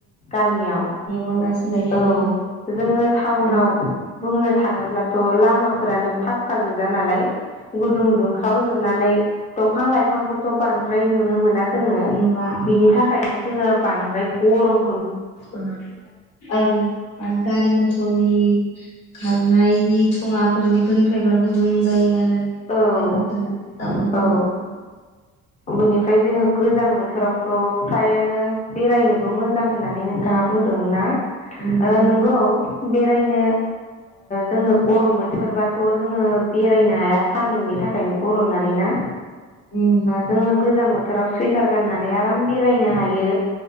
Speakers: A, on the left; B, on the left.
A: गामियाव
B: मोजांसिन जायो आरो
A: औ जोङो टाउनाव।
B: दा
A: बुंनो थाङोब्लाथ' लामाफोरानो फाखक्का गोजा नालाय। गुदुं दुंखाव जोबनानै दंफां लाइफांफोरथ' बांद्राय नुनो मोनाखै। जोङो
B: माबा
A: बिनि थाखायनो जोङो बांद्राय गरम।
B: औ आरो गारि मथरनि खारनायनि थुङाफोर बेफोरनिफ्रायबार गुदुं जायो आरो।
A: औ
B: <unintelligible> टाउनफोराव
A: औ बेनिफ्राय जोङो गोजां बोथोरावथ' फ्रायानो बेरायनोबो मोजां। मोजां होननानै नोंथाङा
B: औ
A: बुंदोंना
B: उम उम
A: नंगौ बेरायनो। जोङो गरम बोथोरबाथ' जोङो बेरायनो हाया। सानदुंनि थाखायनो गरमनानै ना
B: उम
A: जोङो गोजां बोथोराव सुइटार। गाननानै आराम बेरायनो हायो